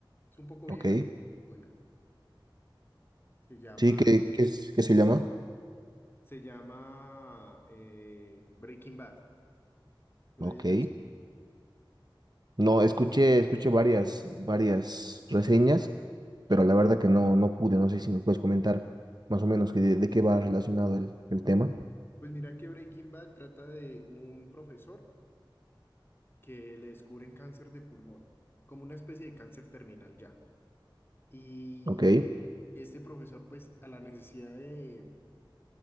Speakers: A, on the left; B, on the right.
A: Es un poco vieja,
B: Ok.
A: pero muy buena. Se llama,
B: Sí, ¿qué, qué, es- qué se llama?
A: se llama eh, Breaking Bad. No
B: Ok.
A: sé si ya la has-
B: No, escuché, escuché varias, varias reseñas, pero la verdad que no, no pude. No sé si me puedes comentar más o menos que de, de qué va relacionado el, el tema.
A: Pues mira que Breaking Bad trata de un profesor que le descubren cáncer de pulmón, como una especie de cáncer terminal ya. Y
B: Ok,
A: este profesor, pues, a la necesidad de